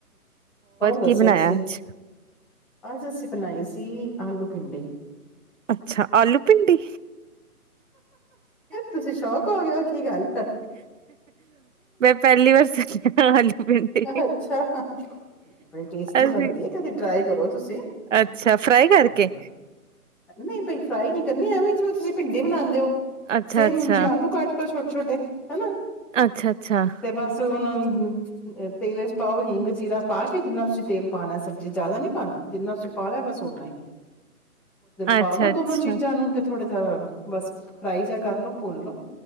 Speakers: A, in the centre; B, on the right (about 55°).
A: ਹੋਰ ਦੱਸੋ
B: ਕੀ ਬਣਾਇਆ
A: ਤੁਸੀਂ?
B: ਅੱਜ
A: ਅੱਜ ਅਸੀਂ ਬਣਾਏ ਸੀ ਆਲੂ ਭਿੰਡੀ,
B: ਅੱਛਾ ਆਲੂ ਭਿੰਡੀ,
A: ਤੁਸੀਂ ਸ਼ੌਕ ਹੋ ਗਿਆ ਕੀ ਗੱਲ
B: ਮੈਂ ਪਹਿਲੀ ਵਾਰ ਸੁੱਕਿਆ ਆਲੂ ਭਿੰਡੀੇ
A: ਅੱਛਾ ਬੜੀ ਟੇਸਟੀ
B: ਅਸੀਂ
A: ਬਣਦੀ ਹੈ ਕਦੇ ਟਰਾਈ ਕਰੋ ਤੁਸੀਂ
B: ਅੱਛਾ ਫਰਾਈ ਕਰਕੇ,
A: ਹਾਂ ਨਹੀਂ ਬਈ ਫਰਾਈ ਨੀ ਕਰਨੀ ਐਵੇਂ ਜਿਵੇਂ ਤੁਸੀਂ ਭਿੰਡੀ ਬਣਾਦੇ ਔ,
B: ਅੱਛਾ
A: ਸੇਮ
B: ਅੱਛਾ
A: ਜੇ ਆਲੂ ਕਾਟ ਲਓ ਛੋਟੇ-ਛੋਟੇ ਹਨਾ
B: ਅੱਛਾ ਅੱਛਾ
A: ਤੇ ਬਸ ਉਹ ਤੇਲ ਪਾਓ ਹਿੰਗ ਜੀਰਾ ਪਾ ਕੇ ਜਿੰਨਾ ਤੁਸੀਂ ਤੇਲ ਪਾਣਾ ਸਬਜ਼ੀ ਜ਼ਿਆਦਾ ਨੀ। ਪਾਣਾ ਜਿੰਨਾ ਤੁਸੀਂ ਪਾ ਲਿਆ ਐ ਸ ਓਨਾ ਹੀ, ਪਾ
B: ਅੱਛਾ
A: ਲੋੋ
B: ਅੱਛਾ
A: ਦੋਨੋ ਚੀਜ਼ਾਂ ਨੂੰ ਤੇ, ਥੋੜਾ ਜਾਿਹਾ ਬਸ ਫਰਾਈ ਜਿਹਾ ਕਰ ਲੋ ਭੁਨਲੋ,